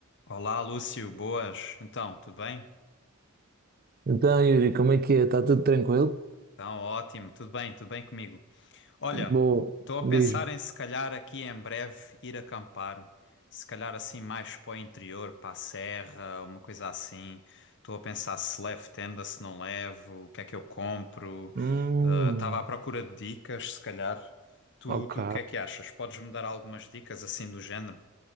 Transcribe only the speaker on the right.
Então, Yuri, como é que é? Está tudo tranquilo?
Boa,
diz-me.
Hum,
ok.